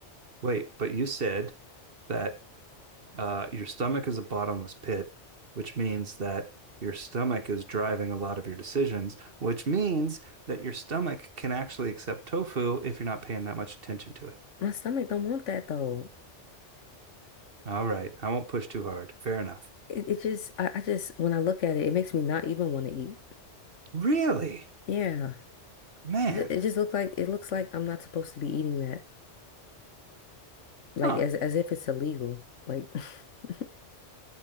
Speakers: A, on the right; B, on the left.
A: Wait, but you said that uh, your stomach is a bottomless pit, which means that your stomach is driving a lot of your decisions, which means that your stomach can actually accept tofu if you're not paying that much attention to it.
B: <sighs> my stomach don't want that though.
A: All right, I won't push too hard. Fair enough.
B: It, it just I, I just when I look at it, it makes me not even want to eat.
A: Really?
B: Yeah.
A: Man,
B: It, ju- it just looks like it looks like I'm not supposed to be eating Like
A: huh.
B: as as if it's illegal. Like <laughs>